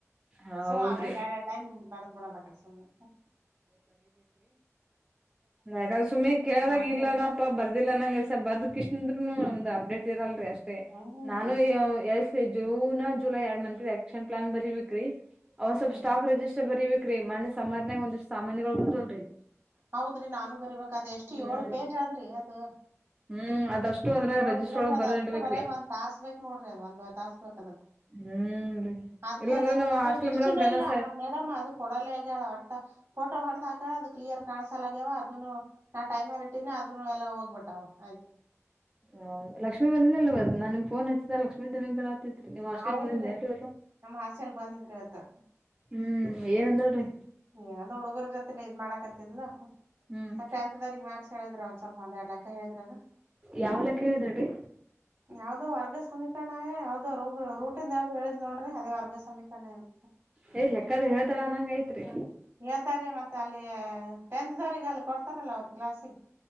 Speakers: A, on the right; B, on the right.
A: ಹೌದ್ರಿ
B: ಸೊ ಅವೇನ್ ಯಾಡ್ ಯಾಡ್ ಲೈನ್ ಬರದ್ ಬಿಡೋದ ಅ ಕಡೆ ಸುಮ್ಮನೆ.
A: ಯಾಕಾದ್ರ ಸುಮ್ಮನೆ ಕೇಳದಾಗ
B: ಹಾಸ್ಟೆಲ್ಕ
A: ಇಲ್ಲಾನಪ್ಪಾ ಬರ್ದಿಲ್ಲಾ ಅನ್ನಂಗೆ ಸ ಬರ್ದಕೇಸಿಂದ್ರುನು ನಮ್ದ್ ಅಪ್ಡೇಟ್ ಇರಲ್ ಅಷ್ಟೇ
B: ಹ್ಮ್
A: ನಾನು ಎಲ್ಸ ಜೂನ್ ಜುಲೈ ಎರಡ್ ಮಂತ್ದ್ ಆಕ್ಷನ್ ಪ್ಲಾನ್ ಬರಬೇಕ್ರೀ.
B: ಹ್ಮ್
A: ಅವು ಸ್ವಲ್ಪ್ ಸ್ಟಾಕ್ ರಿಜಿಸ್ಟರ್ ಬರೀಬೇಕ್ರೀ ಮನ್ನೆ ಸಮ್ಮರ್ನ್ಯಾಗ ಒಂದಷ್ಟ ಸಾಮಾನೆಗಳು ಬಂದುವಲ್ರಿ.
B: ಹೌದ್ರಿ ನಾನು ಬರಿಬೇಕ ಅದ ಎಷ್ಟು
A: ಹ್ಮ್
B: ಏಳು ಪೇಜ್ ಆದ್ರೀ ಅದು.
A: ಹ್ಮ್ ಅದಷ್ಟು ಅದ್ರಾಗ
B: ಏಳು
A: ರಜಿಸ್ಟರ್
B: ಪೇಜ್
A: ಒಳಗ್
B: ಅದ
A: ಬರ್ದ
B: ಅಷ್ಟ್
A: ಇಡ್ಬೇಕ್ರಿ
B: ಬರ್ಯಾಗ ಒಂದ್ ತಾಸ್ ಬೇಕ್ ನೋಡ್ರಿ ಅದ ಒಂದುವರೆ ತಾಸ್ ಬೇಕ್ ಅದಕ್.
A: ಹ್ಮ್ ರೀ
B: ಅದಕ್ಕೆ
A: ಇಲ್ಲಾಂದ್ರೆ
B: ನಂದದು
A: ನಾವ್ ಹಾಸ್ಟೆಲ್
B: ಲಿಸ್ಟ್
A: ಮೇಡಮ್
B: ನು
A: ಗನ
B: ಇಲ್ಲ ನಮ ಅದು ಕೊಡಲ್ಲೇಗೆಳ ಒಟ್ಟ ಫೋಟೋ ಹೊಡದ ಹಾಕೆಳ ಅದು ಕ್ಲಿಯರ್ ಕಾಣಸ ಸಲಾಗ್ಯವ ಅದನು ನಾ ಟೈಮರ್ ಇಟ್ಟೀನಿ ಅದನ್ನು ಎಲ್ಲ ಹೋಗ್ಬಿಟ್ಟಾವ ಆಯ್ತು.
A: ಹ ಲಕ್ಷ್ಮೀ ಬಂದಲಿಲ್ಲ ಮತ್ ನಾ ನಿನ ಫೋನ್ ಹಚ್ಚಿದಾಗ ಲಕ್ಷ್ಮೀ ದನಿ ಕೇಳಾತ್ತಿತ್ತು ನಿಮ್ಮಾಷ್ಟ್ಲಿಗಿ
B: ಹೌದ್ರಿ
A: ಬಂದಿದ್ಲೇನ್ರಿ ಇವತ್ತ.
B: ನಮ್ ಬಂದಿದ್ರ ಇವತ್ತ್
A: ಹ್ಮ್ ಏನಂದಳ್ರಿ.
B: ಏನಂದ ಹುಡುಗರ ಜೊತೆನೆ ಇದ್ ಮಾಡಕತ್ತಿದ್ಲು
A: ಹ್ಮ್
B: ಟೆಂತ್ ದವ್ರಿಗಿ ಮ್ಯಾತ್ಸ್ ಹೇಳಿದ್ರ ಒಂದ ಸ್ವಲ್ಪ ಒಂದ ಎಡ್ ಲಕ್ಕ ಹೇಳಿದ್ರನ.
A: ಯಾವ ಲೆಕ್ಕ ಹೇಳಿದಳು ರೀ.
B: ಯಾವ್ದೋ ವರ್ಗ ಸಮೀಕರಣ ಏ ಯಾವ್ದೋ ರು ರೂಟಿಂದ ಯಾವ್ದು ಹೇಳದ್ಲ್ ನೋಡ್ರಿ ಅದೇ ವರ್ಗ ಸಮೀಕರಣ ಏನು.
A: ಇಏ ಲೆಕ್ಕಾದ ಹೇಳತಾಳ ಅನ್ನಂಗ ಐತ್ರಿ.
B: ಹೇಳ್ತಾರ್ರಿ ಮತ್ತೆ ಅಲ್ಲಿ ಟೆಂತ್ ದವ್ರಿಗೆ ಅಲ್ಲಿ ಕೊಡ್ತಾರಲ್ಲ ಅವ್ರಿಗೆ ಕ್ಲಾಸಿಗಿ.